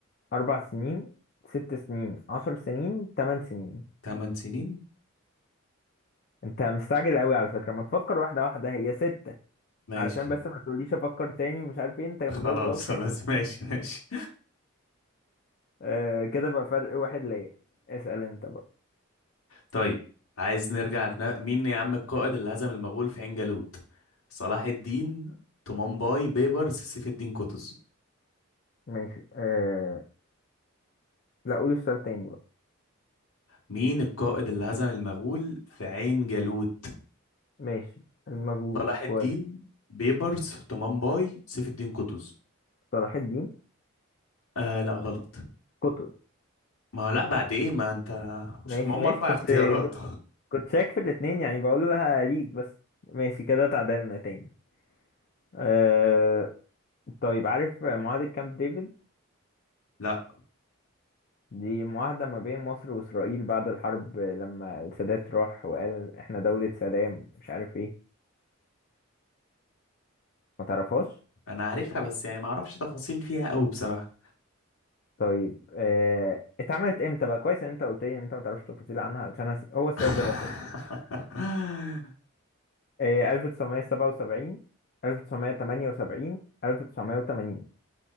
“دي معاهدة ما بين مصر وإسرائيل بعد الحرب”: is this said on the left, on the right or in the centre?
Left